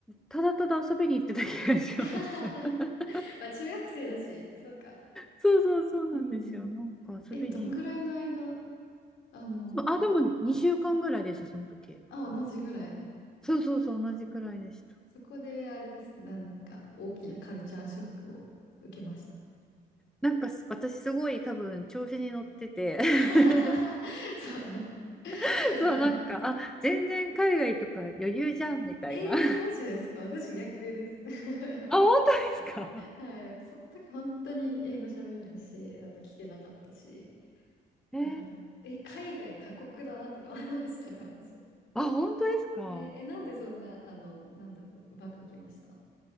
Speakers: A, in the centre; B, on the left (about 75°).
A: ただただ遊びに行ってた気がします。
B: <laughs>
A: <laughs>
B: まあ中学生だし、そうか。
A: そうそうそうなんですよ。
B: うんうん。
A: なんか遊びに行
B: え、どんぐらいの間あの、
A: っあ、でも2週間ぐらいでした、その時。
B: あ、同じぐらい。
A: そうそうそう、同じくらいでした。
B: そこであれですね、なんか大きなカルチャーショックを受けました。
A: なんかす私すごい多分調子に乗ってて <laughs>
B: <laughs> そう。<laughs>
A: <laughs> そう、なんか、あ、全然海外とか余裕じゃんみたいな。
B: えー、
A: <laughs>
B: マジですか私逆です。<laughs>
A: あ、本当ですか
B: はい。その時本当に英語喋れないし、あの、聞けなかったし。
A: <laughs> えー、
B: だから、え、海外過酷だなとか思いましたね、私。
A: あ、本当ですか
B: えーえ、なんでそんな、あの、なんだろう、うまくいきましたあ